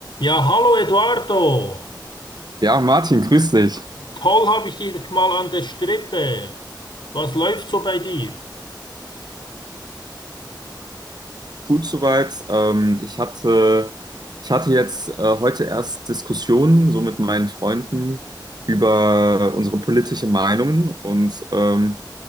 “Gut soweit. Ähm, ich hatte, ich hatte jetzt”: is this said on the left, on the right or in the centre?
Right